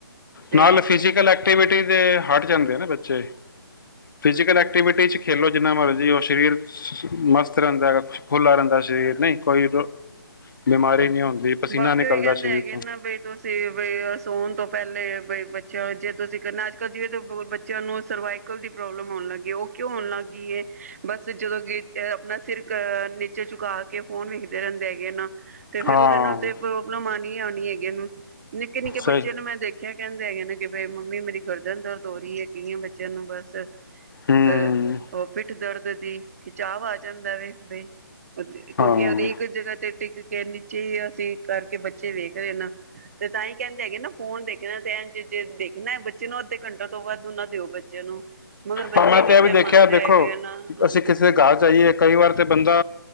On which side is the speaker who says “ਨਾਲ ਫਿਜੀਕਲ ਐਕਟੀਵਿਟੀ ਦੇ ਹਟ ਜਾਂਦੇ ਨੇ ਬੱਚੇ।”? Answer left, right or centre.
Left